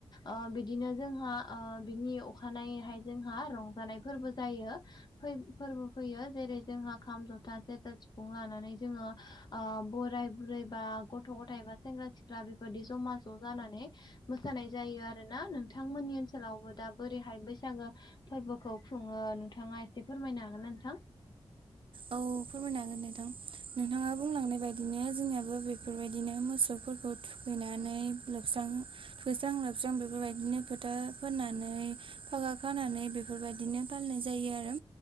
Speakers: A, on the left; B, on the right.
A: ओ बिदिनो जोंहा ओ बिनि अखानायैहाय जोंहा रंजानाय फोर्बो जायो फै फोर्बो फैयो जेरै जोंहा खाम जथा सेरजा सिफुं लानानै जोङो ओ बोराय बुरै बा गथ गथाय बा सेंग्रा सिख्ला बेबायदि जमा ज' जानानै मोसानाय जायो आरोना नोंथांमोननि ओनसोलावबो दा बोरैहाय बैसागो फोर्बोखौ खुङो नोंथाङा एसे फोरमायनो हागोन नोंथां?
B: औ फोरमायनो हागोन नोंथां नोंथाङा बुंलांनाय बायदिनो जोंनियाबो बेफोरबायदिनो मोस सौफोरखौ थुखैनानै लोबस्रां फोस्रां लोबस्रां बेफोरबायदिनो फोथा फोननानै फागा खानानै बेफोरबायदिनो फालिनाय जायो आरो